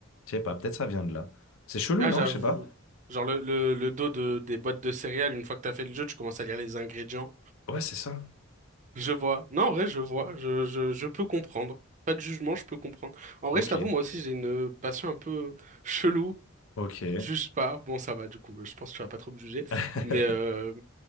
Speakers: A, on the left; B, on the right.
A: je sais pas, peut-être ça vient de là. C'est chelou,
B: Ah,
A: non?
B: j'avoue.
A: Je sais pas.
B: Genre le, le, le dos de, des boîtes de céréales, une fois que t'as fait le jeu, tu commences à lire les ingrédients.
A: Ouais, c'est ça.
B: Je vois. Non, en vrai, je vois. Je, je, je peux comprendre. Pas de jugement, je peux comprendre. En
A: Ok,
B: vrai, je t'avoue, moi aussi, j'ai une passion un peu chelou.
A: ok.
B: Juge pas. Bon, ça va, du coup. Je pense que tu vas pas trop me juger.
A: <laughs>
B: Mais, euh,